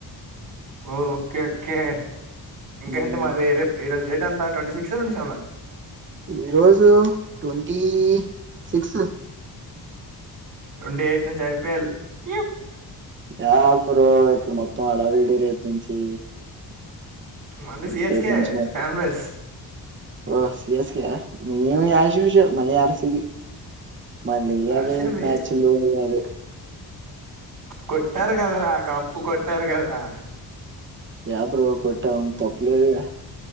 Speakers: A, on the right; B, on the right.
A: ఓ ఓకే ఓకే ఇంకేంటి
B: హ్మ్.
A: మరి రేపు ఏ రోజు జెట్ అంత ట్వంటీ సిక్స్ ట్వంటీ సెవన్
B: ఈరోజు ట్వంటీ సిక్స్
A: ట్వంటీ ఎయిట్ నుంచి ఐపిఎల్ ఇయ్యు
B: యాకుడు ఇక్కడ మొత్తం అలా వీడి రేపు నుంచి
A: మంది సిఎస్కే
B: ఏ బ్రెంచ్ మాత్
A: ఫ్యాన్ బేస్
B: ఓ సీఎస్కే మీను అస్ యూజ్ వాల్ మంచి గన్ మల్లియాలసిరి మళ్ళియావెన్
A: హర్షవి
B: నచ్చిల్లవే
A: కొట్టారు కదరా కప్పు కొట్టారు కదరా
B: యా బ్రో కొట్టం తప్పు లేదు గా